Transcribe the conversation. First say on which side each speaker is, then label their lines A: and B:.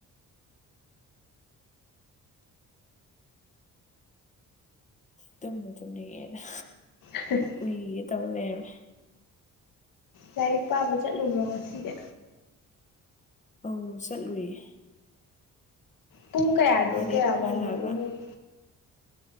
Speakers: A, on the left; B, on the left.
A: ꯇꯨꯝꯕꯨ ꯇꯨꯝꯅꯤꯡꯉꯦꯗ
B: <unintelligible>
A: ꯎꯏꯒꯦ ꯇꯧ ꯂꯩꯔꯝꯃꯦ
B: ꯂꯥꯏꯔꯤꯛ ꯄꯥꯕ ꯆꯠꯂꯨꯕ꯭ꯔꯣ ꯉꯁꯤꯗꯤ
A: ꯑꯧ ꯆꯠꯂꯨꯏꯌꯦ
B: ꯄꯨꯡ ꯀꯌꯥꯗꯒꯤ
A: ꯑꯥꯗꯩ
B: ꯀꯌꯥ
A: ꯑꯗꯨꯝ
B: ꯕꯥꯎꯅꯣꯕ
A: ꯍꯜꯂꯛꯑꯒ
B: ꯅꯣꯏ